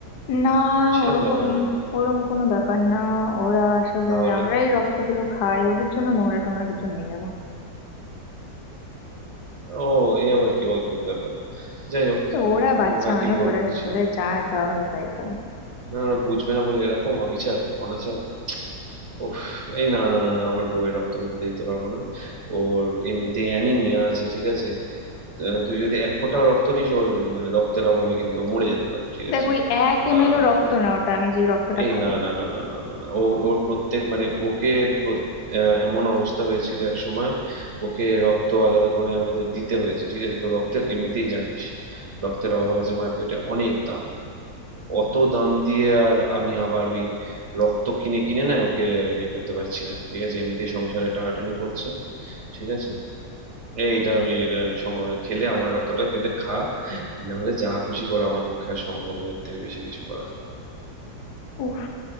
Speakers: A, on the left; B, on the right.
A: না
B: সেরকম
A: ওরকম
B: ব্যাপার নাকি
A: ওরম কোনো ব্যাপার না ওরা আসলে
B: তাহলে
A: আমরাই রক্তগুলো খাই ওদের জন্য নোংরা টোংরা কিছু নিয়ে যাবো
B: ও এ আবার কি অদ্ভুত ব্যাপার যাই হোক
A: ওরা
B: উম,
A: বাচ্চা
B: আর কি
A: মানুষ
B: বলবো
A: ওরা
B: কিছু
A: ওদের যা দেওয়া হবে তাই খাবে
B: না ওরা বুঝবে না বলে এরকম অবিচার অনাচার ওহ এই না না না না আমার বউয়ের রক্ত আমি খেতে দিতে পারবো না ওর এমনিতেই অ্যানিমিয়া আছে ঠিক আছে আহ, তুই যদি এক ফোঁটাও রক্ত নিস ওর মানে রক্তের অভাবে কিন্তু ও মরে যেতে পারে ঠিক
A: দেখ
B: আছে
A: ওই এক এম
B: আহ
A: এল ও রক্ত না ওটা আমি যে রক্তটা
B: এই
A: খাবো
B: না না না না না না না ও ওর প্রত্যেক মানে ওকে প্রত- আহ, এমন অবস্থা হয়েছিল এক সময় ওকে রক্ত আলাদা করে আমাদের দিতে হয়েছে ঠিক আছে তো রক্তের এমনিতেই জানিস রক্তের অভাব আছে মার্কেটে অনেক দাম অত দাম দিয়ে আর আমি আবার ওই রক্ত কিনে কিনে না ওকে ইয়ে করতে পারছি না ঠিক আছে এমনিতেই সংসারে টানাটানি পড়ছে ঠিক আছে এইটা আমি এটা আমি সময় খেলে আমার রক্তটা খেলে খা না হলে যা খুশি করা আমার পক্ষে আর সম্ভব নয় এর থেকে বেশি কিছু করা
A: উফ